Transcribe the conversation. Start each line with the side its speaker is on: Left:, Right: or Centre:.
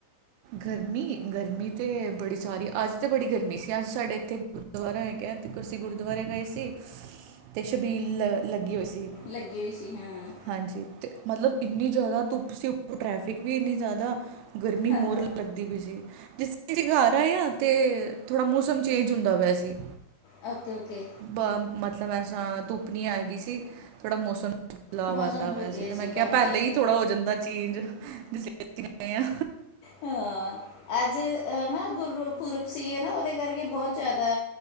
Right: ਗਰਮੀ, ਗਰਮੀ ਤੇ ਬੜੀ ਸਾਰੀ ਅੱਜ ਤੇ ਬੜੀ ਗਰਮੀ ਸੀ, ਅੱਜ ਸਾਡੇ ਏਥੇ ਗਰਦੁਆਰਾ ਹੈਗਾ, ਤੇ ਤੁਸੀ ਗੁਰਦੁਆਰੇ ਗਏ ਸੀ ਤੇ ਸ਼ਬੀਲ ਲ ਲੱਗੀ ਹੋਈ ਸੀ,
Left: ਲੱਗੀ ਹੋਈ ਸੀ ਹਾਂ
Right: ਹਾਂਜੀ। ਤੇ ਮਤਲਬ ਇੰਨੀ ਜਾਦਾ ਧੁੱਪ ਸੀ, ਉੱਪਰੋ ਟਰੈਫਿਕ ਵੀ ਏੰਨੀ ਜਾਦਾ, ਗਰਮੀ
Left: ਹਾਂ
Right: ਹੋਰ ਲੱਗੀ ਲਗਦੀ ਪੀ ਸੀ, ਜਿਸ ਅਸੀਂ ਘਰ ਆਏਂ ਆ ਤੇ, ਥੋੜਾ ਮੌਸਮ ਚੇਂਜ ਹੁੰਦਾ ਪਿਆ ਸੀ।
Left: ਅ ਓਕੇ-ਓਕੇ।
Right: ਬ, ਮਤਲਬ ਐਸਰਾਂ ਧੁੱਪ ਨੀ ਐਗੀ ਸੀ, ਥੋੜ੍ਹਾ ਮੌਸਮ ਬਦਲਾਵ
Left: ਮੌਸਮ
Right: ਆਂਦਾ ਪਿਆ
Left: ਵਧੀਆ
Right: ਸੀ, ਤੇ ਮੈਂ ਕਿਆ
Left: ਬਣ
Right: ਪੈਲੇ
Left: ਗਿਆ
Right: ਈ ਥੋੜਾ ਹੋ ਜਾਂਦਾ ਚੇਂਜ। ਜਿਥੇ ਅਸੀਂ ਗਏ ਆਂ।
Left: ਹਾਂ, ਅੱਜ ਅਨਾ ਗੁਰ ਪੁਰਬ ਸੀ ਨਾ ਓਦੇ ਕਰਕੇ ਬੋਤ ਜਾਦਾ